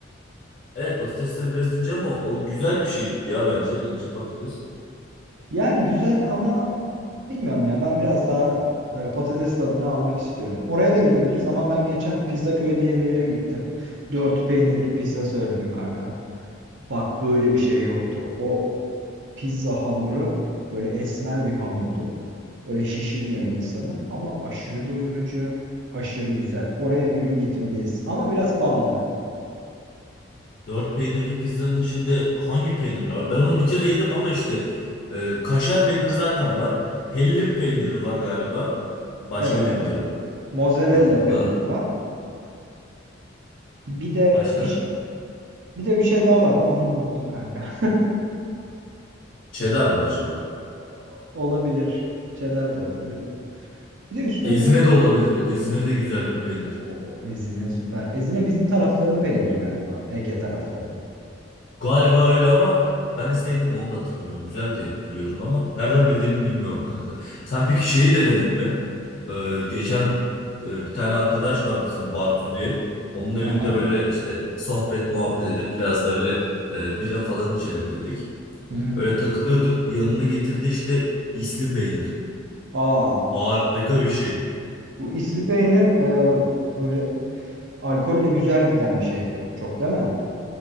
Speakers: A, on the left (about 45°); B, on the right (about 65°).
A: Evet patatesleri biraz ince ama o güzel bir şey ya bence ince patates.
B: Yani güzel ama bilmiyorum ya. Ben biraz daha böyle patates tadını almak istiyorum. Oraya da gidebiliriz ama ben geçen Pizzaköy diye bir yere gittim. Dört peynirli pizza söyledim kanka. Bak böyle bir şey yoktu. O pizza hamuru böyle esmer bir hamurdu. Böyle şişirmiyor insanı ama aşırı doyurucu, aşırı güzel. Oraya bir gün gitmeliyiz ama biraz pahalı.
A: Dört peynirli pizzanın içinde hangi peynirler var? Ben onu bir kere yedim ama işte e, kaşar peyniri zaten var. Hellim peyniri var galiba. Başka
B: Evet.
A: bilmiyorum.
B: Mozzarella
A: Baş, bu
B: peyniri
A: kadar.
B: var. Bir de
A: Başka?
B: bir, bir de bir şey daha vardı onu unuttum kanka.
A: Cheddar mı acaba?
B: <laughs> Olabilir. Cheddar da olabilir. Bir de üstüne
A: Ezine
B: böyle
A: de olabilir. Ezine de güzel bir peynir.
B: o Ezine süper. Ezine bizim tarafların peyniri galiba. Ege taraflarının.
A: Galiba öyle ama ben esneydim mi onu da hatırlamıyorum. Güzel diye biliyorum ama nereden bildiğimi bilmiyorum kanka. Sen peki şeyi denedin mi? Ee, geçen e, bir tane arkadaş var bizim Bartu diye. Onun evinde
B: Aha.
A: böyle işte sohbet muhabbet edip biraz da öyle e, bira falan içelim dedik.
B: Hı hı.
A: Öyle takılıyorduk. Yanına getirdi işte isli peynir.
B: Aa,
A: Harika bir şey.
B: bu isli peynir e, böyle Alkolle güzel giden bir şey. Çok değil mi?